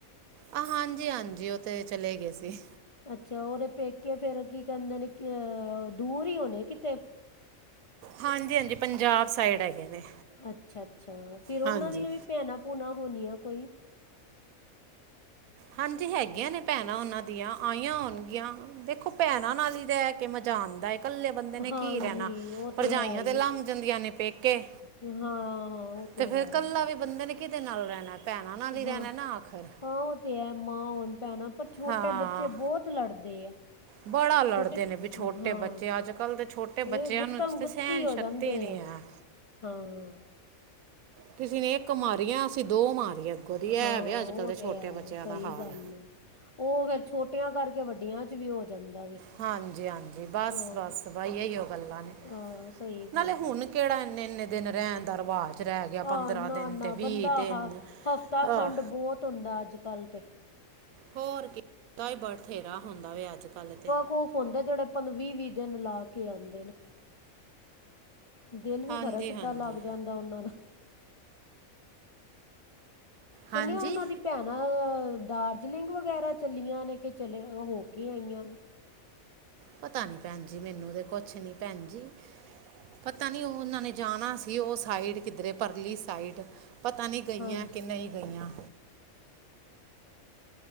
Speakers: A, on the right (about 80°); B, on the left (about 50°).
A: ਆ ਹਾਂਜੀ-ਹਾਂਜੀ ਉਹ ਤੇ ਚਲੇ ਗਏ ਸੀ।
B: ਅੱਛਾ ਉਹਦੇ ਪੇਕੇ ਫੇਰ ਕੀ ਕਹੰਦੇ ਨੇ ਦੂਰ ਈ ਹੋਣੇ ਕਿਤੇ?
A: ਹਾਂਜੀ-ਹਾਂਜੀ ਪੰਜਾਬ ਸਾਈਡ ਹੈਗੇ ਨੇ।
B: ਅੱਛਾ-ਅੱਛਾ ਫਿਰ ਉਹਨਾਂ
A: ਹਾਂਜੀ
B: ਦੀਆਂ ਵੀ ਭੈਣਾਂ-ਭੂਣਾ ਹੋਣੀਆਂ ਕੋਈ।
A: ਹਾਂਜੀ ਹੈਗੀਆਂ ਨੇ ਭੈਣਾਂ ਉਹਨਾਂ ਦੀਆਂ ਆਈਆਂ ਹੋਣਗੀਆਂ। ਦੇਖੋ ਭੈਣਾ ਨਾਲ ਹੀ ਰਹਿ ਕੇ ਮਜਾ ਆਂਦਾ ਹੈ। ਇਕੱਲੇ ਬੰਦੇ ਨੇ
B: ਹਾਂਜੀ
A: ਕੀ ਰਹਿਣਾ,
B: ਉਹ
A: ਭਰਜਾਈਆਂ
B: ਹੈ ਹੀ
A: ਤੇ ਲੰਘ
B: ਹੈ
A: ਜਾਂਦੀਆਂ ਨੇ ਪੇਕੇ।
B: ਹਾਂ ਹਾਂ ਉਹ
A: ਤੇ ਫੇਰ
B: ਹੈ ਹੀ
A: ਕੱਲਾ
B: ਹੈ
A: ਵੀ ਬੰਦੇ ਨੇ ਕਿਦੇ ਨਾਲ ਰਹਿਣਾ ਭੈਣਾਂ ਨਾਲ ਹੀ ਰਹਿਣਾ
B: ਹਾਂ
A: ਨਾ ਆਖਿਰ।
B: ਹਾਂ ਉਹ ਤੇ ਹੈ ਮਾਂ ਹੋਣ ਭੈਣ ਪਰ ਛੋਟੇ
A: ਹਾਂ
B: ਬੱਚੇ ਬਹੁਤ ਲੜਦੇ ਆ।
A: ਬੜਾ ਲੜਦੇ
B: ਛੋਟੇ ਛੋ
A: ਨੇ ਵੀ ਛੋਟੇ
B: ਹਾਂ
A: ਬੱਚੇ ਅੱਜਕੱਲ ਦੇ ਛੋਟੇ
B: ਇਹ
A: ਬੱਚਿਆਂ
B: ਗੁੱਤਮ
A: ਨੂੰ ਤੇ
B: ਗੁੱਤੀ
A: ਸਹਿਣ
B: ਹੋ
A: ਸ਼ਕਤੀ
B: ਜਾਂਦੇ
A: ਈ ਨਹੀਂ
B: ਆ
A: ਹੈ। ਹਾਂ
B: ਹਾਂ
A: ਕਿਸੇ ਨੇ ਇੱਕ ਮਾਰੀਆਂ ਅਸੀਂ ਦੋ ਮਾਰੀ ਅੱਗੋਂ ਦੀ ਇਹ
B: ਹਾਂ
A: ਵੇ ਅੱਜਕੱਲ
B: ਉਹ
A: ਦੇ ਛੋਟੇ
B: ਤੇ ਹੈ
A: ਬੱਚਿਆਂ
B: ਸਹੀ
A: ਦਾ ਹਾਲ।
B: ਗੱਲ ਹੈ ਉਹ ਫੇਰ ਛੋਟਿਆਂ ਕਰਕੇ ਵੱਡੀਆਂ ਚ ਵੀ ਹੋ ਜਾਂਦਾ ਵੇ।
A: ਹਾਂਜੀ-ਹਾਂਜੀ ਬਸ-ਬਸ
B: ਹਾਂ
A: ਬਾਈ ਇਹੀਓ ਗੱਲਾਂ ਨੇ।
B: ਹਾਂ ਸਹੀ
A: ਨਾਲੇ
B: ਗੱਲ
A: ਹੁਣ
B: ਹੈ
A: ਕਿਹੜਾ ਇੰਨੇ-ਇੰਨੇ ਦਿਨ ਰਹਿਣ ਦਾ ਰਿਵਾਜ ਰਹਿ ਗਿਆ ਗਿਆ ਪੰਦਰਾਂ
B: ਆ ਨਾ
A: ਦਿਨ
B: ਨਾ
A: ਤੇ
B: ਬੰਦਾ
A: ਵੀ ਦਿਨ
B: ਆਹ ਹਫ਼ਤਾ ਖੰਡ
A: ਆ
B: ਬਹੁਤ ਹੁੰਦਾ ਅੱਜਕੱਲ ਤੇ।
A: ਹੋਰ ਕੀ <unintelligible> ਦਾ ਬਥੇਰਾ ਹੁੰਦਾ ਵੇ ਅੱਜਕੱਲ੍ਹ ਤੇ।
B: ਖੁਫ ਹੁੰਦੇ ਜੇੈੜੇ ਆਪ ਵੀ ਵੀ ਦਿਨ ਲਾ ਕੇ ਆਉਂਦੇ ਨੇ ਦਿਲ ਵੀ
A: ਹਾਂਜੀ
B: ਖਰਾ ਕਿੱਦਾਂ
A: ਹਾਂਜੀ
B: ਲੱਗ ਜਾਂਦਾ ਓਨਾਂ ਦਾ।
A: ਹਾਂਜੀ
B: ਸੁਣਿਆ ਓਨਾਂ ਦੀ ਭੈਣਾਂ ਦਾਰਜਲਿੰਗ ਵਗੈਰਾ ਚੱਲੀਆਂ ਨੇ ਕਿ ਚਲੇ ਹੋ ਕੇ ਆਈਆਂ ਨੇ
A: ਪਤਾ ਨੀ ਭੈਣ ਜੀ ਮੈਨੂੰ ਤੇ ਕੁਛ ਨੀ ਭੈਣ ਜੀ ਪਤਾ ਨੀ ਉ ਉਹਨਾਂ ਨੇ ਜਾਣਾ ਸੀ ਉਹ ਸਾਈਡ ਕਿੱਧਰੇ ਪਰਲੀ ਸਾਈਡ ਪਤਾ ਨੀ ਗਈਆਂ
B: ਹਾਂਜੀ
A: ਕੇ ਨਈ ਗਈਆਂ